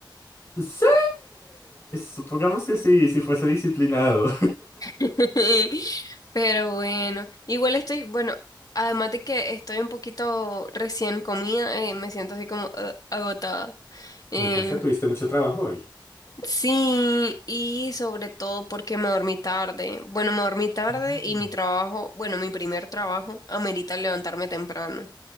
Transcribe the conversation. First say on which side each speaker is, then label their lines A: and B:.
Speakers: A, on the left; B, on the left.
A: Sí, supongamos que sí, si fuese disciplinado.
B: <laughs> Pero bueno, igual estoy, bueno, además de que estoy un poquito recién comida, eh, me siento así como ah, agotada.
A: <laughs>
B: Eh,
A: Me cansé, tuviste mucho trabajo hoy.
B: sí, y sobre todo porque me dormí tarde. Bueno, me dormí tarde
A: Ah.
B: y mi trabajo, bueno, mi primer trabajo amerita levantarme temprano.